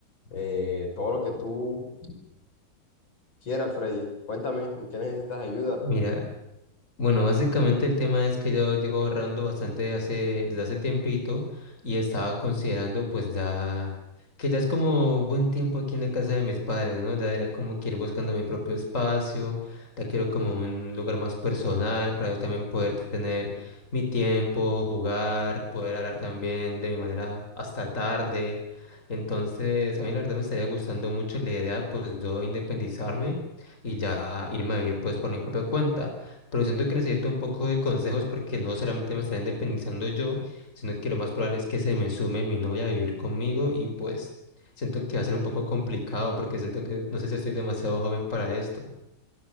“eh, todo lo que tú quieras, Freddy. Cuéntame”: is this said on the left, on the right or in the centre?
Left